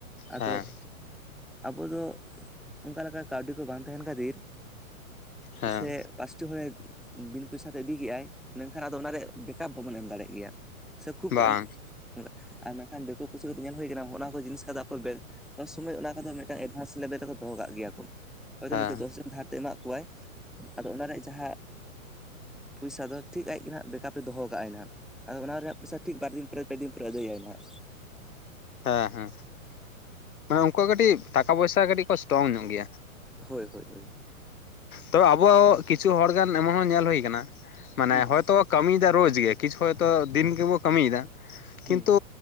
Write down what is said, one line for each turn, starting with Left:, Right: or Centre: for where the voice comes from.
Centre: ᱟᱫᱚ
Left: ᱦᱮᱸ
Centre: ᱟᱵᱚ ᱫᱚ ᱚᱱᱠᱟ ᱞᱮᱠᱟ ᱠᱟᱹᱣᱰᱤ ᱠᱚ ᱵᱟᱝ ᱛᱟᱦᱮᱱ ᱠᱷᱟᱹᱛᱤᱨ
Left: ᱦᱮᱸ
Centre: ᱥᱮ ᱯᱟᱥᱴᱤ ᱦᱚᱲᱮ ᱵᱤᱱ ᱯᱚᱭᱥᱟ ᱛᱮ ᱤᱫᱤ ᱠᱮᱜᱟᱭ ᱢᱮᱱᱠᱷᱟᱱ ᱟᱫᱚ ᱚᱱᱟ ᱨᱮ ᱵᱮᱠᱟᱯ ᱵᱟᱵᱚᱱ ᱮᱢ ᱫᱟᱲᱮᱭᱟᱜ ᱜᱮᱭᱟ ᱥᱮ ᱠᱷᱩᱵ
Left: ᱵᱟᱝ
Centre: ᱮᱢ ᱟᱨ ᱢᱮᱱᱠᱷᱟᱱ ᱡᱚᱛᱚ ᱯᱩᱥᱤ ᱫᱚᱠᱚ ᱧᱮᱞ ᱦᱩᱭ ᱠᱟᱱᱟ ᱚᱱᱟ ᱠᱚ ᱡᱤᱱᱤᱥ ᱠᱷᱟᱡ ᱫᱚ ᱟᱠᱚᱣᱟᱜ ᱵᱮᱥ ᱥᱚᱵ ᱥᱚᱢᱚᱭ ᱚᱱᱟ ᱠᱚᱫᱚ ᱢᱤᱫᱴᱮᱱ ᱮᱰᱵᱷᱟᱱᱥ ᱞᱮᱵᱮᱞ ᱨᱮᱠᱚ ᱫᱚᱦᱚ ᱠᱟᱜ ᱜᱮᱣᱟ ᱠᱚ ᱦᱚᱭᱛᱚ
Left: ᱦᱮᱸ
Centre: ᱱᱤᱛᱚᱜ ᱫᱚᱥ ᱡᱚᱱ ᱫᱷᱟᱨ‍᱾ ᱮᱢᱟᱜ ᱠᱚᱣᱟᱭ ᱟᱫᱚ ᱚᱱᱟᱨᱮ ᱡᱟᱦᱟᱸ᱾ ᱯᱚᱭᱥᱟ ᱫᱚ ᱴᱷᱤᱠ ᱟᱡ ᱜᱮ ᱱᱟᱦᱟᱜ ᱵᱮᱠᱟᱯᱮ ᱫᱚᱦᱚ ᱠᱟᱜᱟᱭ ᱱᱟᱦᱟᱜ᱾ ᱟᱫᱚ ᱚᱱᱟ ᱨᱮᱭᱟᱜ ᱯᱚᱭᱟ ᱴᱷᱤᱠ ᱵᱟᱨ ᱫᱤᱱ ᱯᱮ ᱯᱮ ᱫᱤᱱ ᱯᱚᱨ ᱟᱹᱫᱟᱹᱭᱣᱟ ᱱᱟᱦᱟᱜ᱾
Left: ᱦᱮᱸ ᱦᱮᱸ ᱢᱟᱱᱮ ᱩᱱᱠᱩᱣᱟᱜ ᱠᱟᱹᱴᱤᱡ᱾ ᱴᱟᱠᱟ ᱯᱚᱭᱥᱟ ᱠᱟᱹᱴᱤᱡ ᱠᱚ ᱥᱴᱨᱚᱝ ᱧᱚᱜ ᱜᱮᱣᱟ᱾
Centre: ᱦᱳᱭ ᱦᱳᱭ ᱦᱳᱭ
Left: ᱛᱚ ᱟᱵᱚᱣᱟᱜ ᱠᱤᱪᱷᱩ ᱦᱚᱲ ᱜᱟᱱ ᱮᱢᱚᱱ ᱦᱚᱸ ᱧᱮᱞ ᱦᱩᱭ ᱠᱟᱱᱟ ᱢᱟᱱᱮ
Centre: ᱦᱩᱸ
Left: ᱦᱚᱭᱛᱳ᱾ ᱠᱟᱹᱢᱤᱭᱮᱫᱟ ᱨᱳᱡᱽ ᱜᱮ ᱠᱤᱪᱷᱩ ᱦᱚᱭᱛᱚ ᱫᱤᱱ ᱜᱮᱵᱚ ᱠᱟᱹᱢᱤᱭᱮᱫᱟ ᱠᱤᱱᱛᱩ
Centre: ᱦᱩᱸ